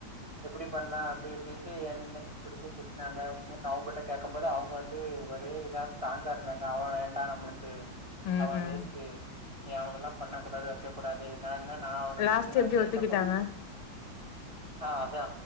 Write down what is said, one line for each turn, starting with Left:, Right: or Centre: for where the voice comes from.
Right: எப்டி பண்ண அப்டி இப்டின்ட்டு என்ன புடிச்சி திட்னாங்க ஒடனே அவங்கட்ட கேட்கும் போது அவங்க வந்து ஒரே இதா ஸ்ட்ராங்கா இருந்தாங்க அவே வேண்டா நம்மளுக் கு
Left: ம்
Right: அவே
Left: ம்
Right: வேஸ்ட் நீ அவனல்லா பண்ணக்கூடாது அப் செய்ய கூடாது நா இல்லனா நா அவன
Left: லாஸ்ட்
Right: புடிச்சி நா
Left: எப்டி
Right: ஜெயில்ல
Left: ஒத்துக்கிட்டாங்க
Right: போட்டு
Left: <inaudible>
Right: ஆ அதா